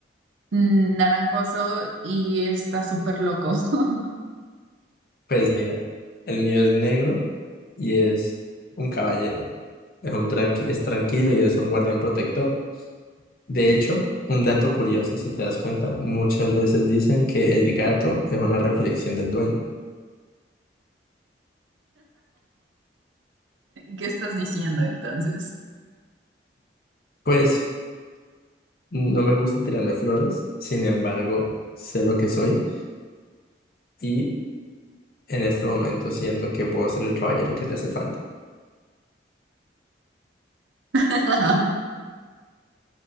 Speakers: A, on the right; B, on the left.
A: mm, naranjoso y está súper loco. <laughs>
B: Pues mira, el mío es negro y es un caballero. Es un tranqui, es tranquilo y es un guardián protector. De hecho, un dato curioso, si te das cuenta, muchas veces dicen que el gato es una reflexión del dueño.
A: ¿Qué estás diciendo entonces?
B: Pues No me gusta tirarme flores, sin embargo, sé lo que soy y en este momento siento que puedo ser el caballero que te hace falta.
A: <laughs>